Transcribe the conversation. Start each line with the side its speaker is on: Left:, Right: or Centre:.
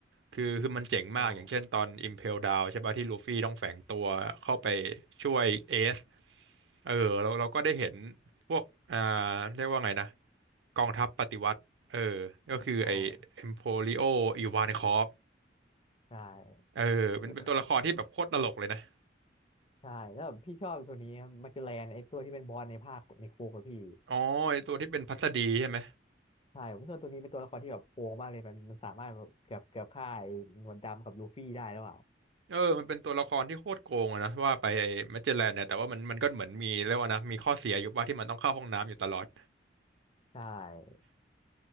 Right: คือคือมันเจ๋งมากอย่างเช่นตอน
Left: ใช่
Right: Impel Down ใช่ป่ะที่ลูฟี่ต้องแฝงตัวเข้าไปช่วยเอซเออเราเราก็ได้เห็นพวกอ่าเรียกว่าไงนะกองทัพปฏิวัติเออก็คือไอ้
Left: ใช่
Right: Emporio Ivankov
Left: ใช่
Right: เออเป็นเป็นตัวละครที่แบบโคตรตลกเลยนะ
Left: แล้วใช่แล้วแบบพี่ชอบตัวนี้มาเจอแลนไอ้ตัวที่เป็นบอสในภาคในโคกับพี่
Right: อ๋อไอ้ตัวที่เป็นพัสดีใช่ไหม
Left: ใช่ผมรู้สึกว่าตัวนี้เป็นตัวละครที่แบบโค้งมากเลยมันมันสามารถแบบเกือบเกือบฆ่าไอ้หนวดดำกับลูฟี่ได้แล้วอ่ะ
Right: เออมันเป็นตัวละครที่โคตรโกงอะนะว่าไปไอ้แมจเจลแลนเนี่ยแต่ว่ามันมันก็เหมือนมีเรียกว่านะมีข้อเสียอยู่ว่าที่มันต้องเข้าห้องน้ำอยู่ตลอด
Left: ใช่